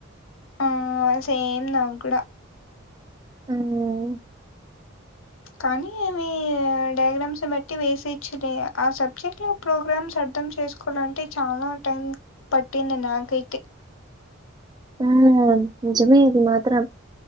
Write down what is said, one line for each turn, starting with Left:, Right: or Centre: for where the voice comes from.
Left: ఆ సేమ్ నాక్ కూడా
Right: ఆ వ్ <unintelligible>
Left: కానీ అవి డయాగ్రామ్స్ బట్టి వేసే చ్చు లే ఆ సబ్జెక్ట్ లో ప్రోగ్రామ్స్ అర్ ర్థం చేసుకోలంటే చాలా టైం పట్టింది నాకైతే. !
Right: ఆ ఆ నిజమే ఇది మాత్రం